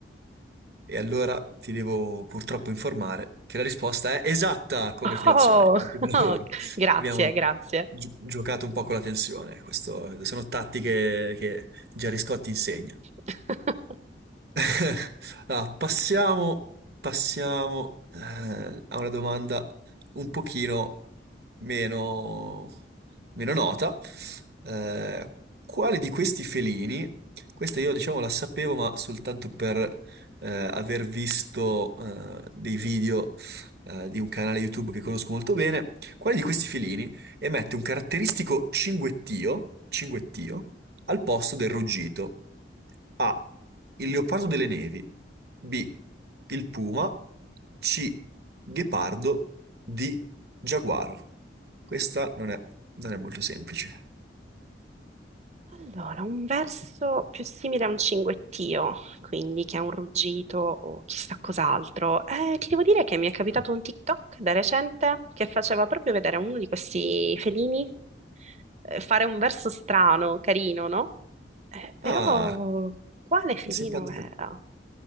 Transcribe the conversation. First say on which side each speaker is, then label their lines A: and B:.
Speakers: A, on the right (about 60°); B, on the right (about 35°).
A: E allora ti devo purtroppo informare che la risposta è esatta! Congratulazioni,
B: Oh,
A: ottimo
B: <laughs>
A: lavoro.
B: oh, grazie,
A: Abbiamo
B: grazie.
A: gi- giocato un po' con la tensione, questo sono tattiche che Gerry Scotti insegna.
B: <laughs>
A: <laughs> Allora, passiamo, passiamo eh, a una domanda un pochino meno, meno nota. Eh, quale di questi felini, questa io diciamo la sapevo, ma soltanto per eh, aver visto eh, dei video eh, di un canale YouTube che conosco molto bene, quale di questi felini emette un caratteristico cinguettio, cinguettio al posto del ruggito? A. Il leopardo delle nevi. B. Il puma. C. Ghepardo. D. Giaguaro. Questa non è, non è molto semplice.
B: Allora, un verso più simile a un cinguettio, quindi che è un ruggito o chissà cos'altro. Eh, ti devo dire che mi è capitato un TikTok da recente che faceva proprio vedere a uno di questi felini eh, fare un verso strano, carino, no? Eh, però
A: Ah,
B: quale felino
A: che simpatica
B: era?